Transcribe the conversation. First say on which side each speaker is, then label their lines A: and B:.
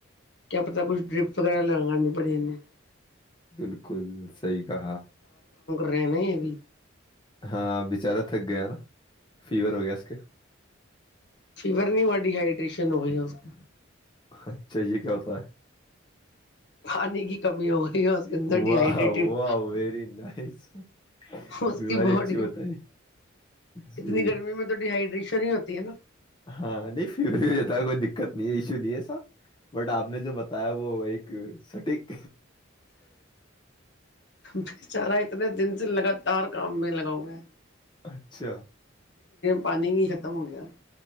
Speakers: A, on the left; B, on the left.
A: کیا پتا کچھ ڈرپ وغیرہ ل گا نہیں بڑیں
B: بالکل صحی کہ
A: رہنے ہے بھی
B: ہاں بچارا تھک گیا نا فیور ہو گیا اس کے
A: فیور نہیں ہوا ڈیہائیڈریشن ہو گئی اس کو
B: اچھا یہ کیا ہوتا ہے
A: پانی کی کمی ہو اس کے اندر
B: واہ
A: ڈ ہائڈریٹیڈ
B: واہ ویری نائس
A: اس
B: بیماری
A: کی باڈی
B: اچھی بتائی جی
A: اتنی گرمی میں تو ڈ ہائڈریشن شریع ہوتی ہے نا
B: ہاں نہیں فیور جتا ہے کوئی دقت نہیں ہے ایشو نہیں ہے ایسا بٹ آپ نے جو بتایا وہ ایک سٹیک
A: بیےچارہ اتنے دن سے لگاتار <unintelligible> گمب لگاؤے
B: اچھا
A: پانی ہی ختم ہو گیا